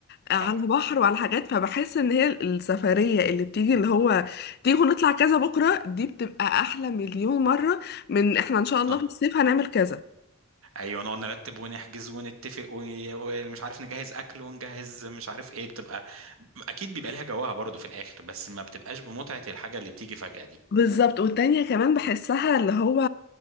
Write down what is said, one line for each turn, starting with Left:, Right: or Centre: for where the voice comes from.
Left: على
Right: صح
Left: بحر وعلى حاجات فبحس ان هي السفرية اللي بتيجي اللي هو تيجوا نطلع كذا بكرة دي بتبقى احلى مليون مرة من احنا ان شاء
Right: صح
Left: الله في الصيف هنعمل كذا
Right: أيوه نقعد نرتب ونحجز ونتفق ون- ومش عارف نجهز أكل ونجهز مش عارف إيه بتبقى أكيد بيبقى ليها جواها برضه في الآخر بس ما بتبقاش بمتعة الحاجة اللي بتيجي فجأة دي
Left: بالظبط والتانية كمان بحسها اللي هو